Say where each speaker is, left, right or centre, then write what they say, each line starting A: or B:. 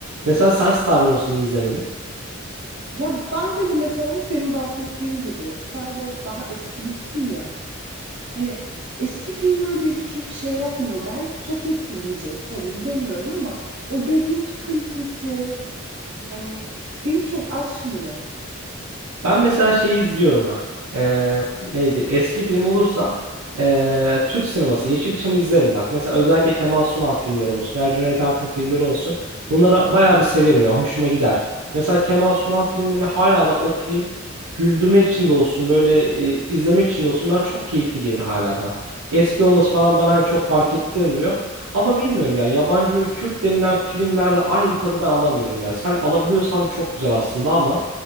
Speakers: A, on the right (about 90°); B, on the right (about 50°).
A: Mesela sen Star Wars'u niye izlemedin?
B: Ya bence de mesela senin bahsettiğin gibi Star Wars daha eski bir film ya. Hani eski filmler beni çok şey yapmıyor. Belki çok etkileyecek. Hani bilemiyorum ama o görüntü kalitesi hani beni çok açmıyor.
A: Ben mesela şeyi izliyorum bak. Ee, neydi? Eski film olursa ee, Türk sineması Yeşilçam'ı izlerim bak. Mesela özellikle Kemal Sunal filmleri olsun veya Cüneyt Arkın filmleri olsun. Bunlara bayağı bir severim ya. Hoşuma gider. Mesela Kemal Sunal filmlerini hala da oturayım güldürmek için de olsun böyle e, izlemek için de olsun bana çok keyifli gelir hala da. Eski olması falan bana hani çok fark ettirmiyor. Ama bilmiyorum ya yabancı böyle Kürt denilen filmlerde aynı tadı ben alamıyorum ya. Sen alabiliyorsan bu çok güzel aslında ama